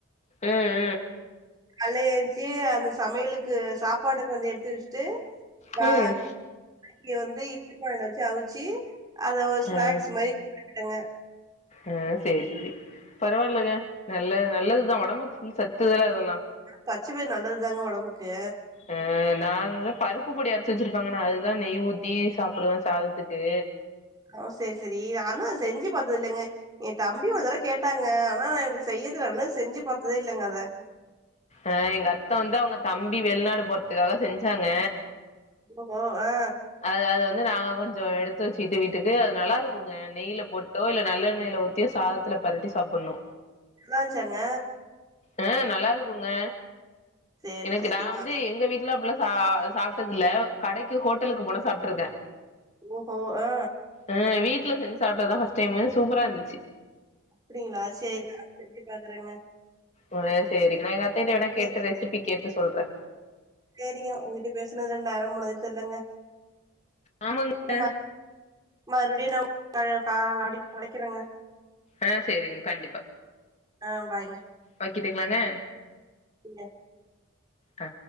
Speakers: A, on the left; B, on the right.
A: ம்
B: கல்ல ஏஞ்ச்சி அந்த சமையலுக்கு சாப்பாடு கொஞ்ச எடுத்து வச்ட்டு வா
A: ம் ம்
B: இங்க வந்து இட்லி பானைல வச்சு அவிச்சி அத ஒரு ஸ்நாக்ஸ்
A: ஆ
B: மாரி விடுங்க
A: ஆ சரி சரி பரவால்லங்க நல்ல நல்லதுதா ஒடம்புக் சத்து தா அதெல்லா
B: பச்ச பயிறு நல்லதுதாங்க ஒடம்புக்கூ
A: அ நாங்கதா பருப்பு பொடி அரைச்சு வச்சிருப்பாங்கன்னா அதுதா நெய் ஊத்தி சாப்டுவ சாதத்துக்கு
B: ஓ சரி சரி ஆனா செஞ்சு பாத்ததுல்லங்க ஏ தம்பி ஒரு தட கேட்டாங்க ஆனா எனக்கு செய்யதுலன்னு செஞ்சு பாத்ததே இல்லங்க அத
A: ஆ எங்க அத்த வந்து அவங்க தம்பி வெளிநாடு போறதுக்காக செஞ்சாங்க
B: ஓ ஓ ஆ
A: அது அது வந்து நாங்க கொஞ்ச எடுத்து வச்சுட்டு வீட்டுக்கு அது நல்லாருக்குங்க நெய்ல போட்டோ இல்ல நல்லெண்ணைய்ல ஊத்தியோ சாத த்துல பெரட்டி சாப்பணு
B: நல்லாச்சாங்க
A: அ நல்லாருக்குங்க
B: சேர்னு
A: எனக்கு
B: செஞ்சு
A: நா
B: பாக்குறே
A: வந்து எங்க வீட்டுல அப்பள ஆ சாப்ட்டதுல்ல கடைக்கு ஹோட்டலுக்கு போனா சாப்ட்ருக்க
B: ஓஹோ ஆ
A: ஆ வீட்ல செஞ்ச சாப்ட்டதா ஃபஸ்ட் டைமு சூப்பரா இருந்துச்சு
B: அப்படிங்களா சேரி நானு செஞ்சு பாக்குறங்க
A: உ சரி நா எங்கத்திட்டவனா கேட்டு
B: சேரி
A: ரெசிபி கேட்டு சொல்ற
B: சரிங்க உங்கிட்ட பேசுணது‌ நேரோ போனதே தெர்லங்க
A: ஆமாங்க
B: <unintelligible> மறுடி நா அ கா அடைக் அடைக்கிறங்க
A: ஆ செரிங்க கண்டிப்பா
B: ஆ பாய்ங்க
A: வக்கிட்டுங்கலாங்க
B: ங்க
A: ஆ